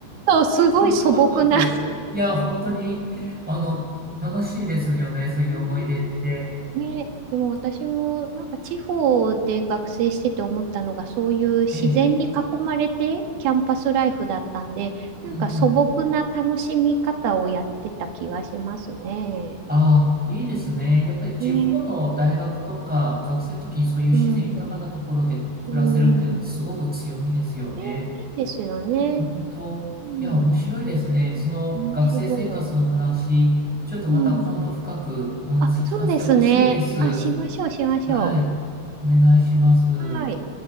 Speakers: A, on the right; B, in the centre.
A: そう、すごい素朴な。
B: すごく若く。いや、本当に、あの、楽しいですよね、そういう思い出って。
A: うんね、でも私もなんか地方で学生してて思ったのがそういう自然に囲まれてキャンパスライフだったんでなんか素朴な楽しみ方をやってた気がしますね。
B: ええ、うんうん。ああ、いいですね。やっぱり地方の大学とか、
A: ね、
B: 学生の時にそういう自然豊かなところで暮らせるっていうの、
A: うん、うん。
B: すごく強みですよね。
A: え、いいですよね。
B: 本当。
A: うん、
B: いや、面白いですね。その学生生活の話、
A: 面白い。
B: ちょっとまた今度深くお話聞かせてほしいです。
A: うん。あ、そうですね。あ、しましょう、しましょ
B: はい。お願いします。
A: う。はい。